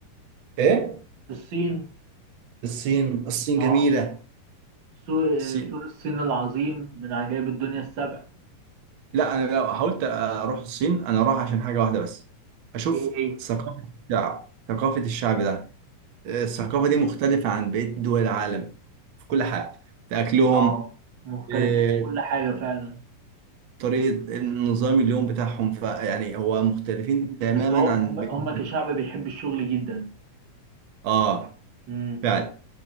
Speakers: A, on the right; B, on the right.
A: ايه
B: الصين
A: الصين الصين
B: اه
A: جميلة
B: سو-
A: الصين
B: سور الصين العظيم من عجائب الدنيا السبع
A: لا أنا لو حاولت أروح الصين أنا أروح عشان حاجة واحدة بس أشوف
B: ايه ايه
A: ثقافة الشعب ثقافة الشعب ده الثقافة دي مختلفة عن بقية دول العالم في كل حاجة في أكلهم
B: اه مختلفين
A: في
B: في كل حاجة فعلا
A: طريقة النظام اليوم بتاعهم فيعني هو مختلفين تماما
B: بس هو
A: عن
B: هم
A: بقية
B: هم كشعب بيحب الشغل جدا
A: آه
B: مم.
A: فعلا